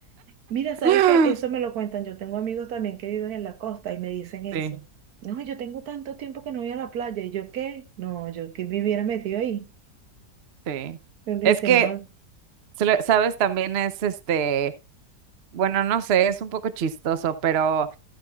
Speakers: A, on the right (about 65°); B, on the right (about 50°).
A: Mira, ¿sabes
B: <laughs>
A: qué? Eso me lo cuentan. Yo tengo amigos también que viven en la costa y me dicen eso.
B: Sí,
A: No, yo tengo tanto tiempo que no voy a la playa. ¿Y yo qué? No, yo que viviera metido ahí.
B: sí.
A: Y me
B: Es
A: dice,
B: que,
A: no,
B: se le- sabes, también es este, bueno, no sé, es un poco chistoso, pero